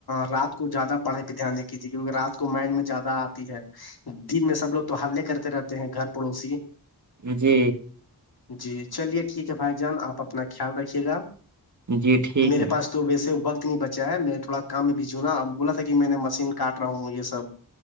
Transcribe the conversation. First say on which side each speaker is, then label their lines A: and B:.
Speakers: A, on the left (about 65°); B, on the right (about 45°).
A: رات کو زیادہ پڑھائی پہ دھیان دےکھجیے کیونکہ رات کو کو مائنڈ میں زیادہ آتی ہے دن میں سب لوگ تو حلے کرتے رہتے ہیں گھر پڑوسی
B: جی
A: جی چلیے ٹھیک ہے بھائی جان آپ اپنا خیال رکھیے گا
B: جی ٹھیک
A: میرے
B: ہے
A: پاس تو ویسے وقت نہیں بچا ہے میں تھوڑا کام میں بھیجھوں نا اب بولا تھا کہ میں نے مشین کاٹ رہا ہوں یہ سب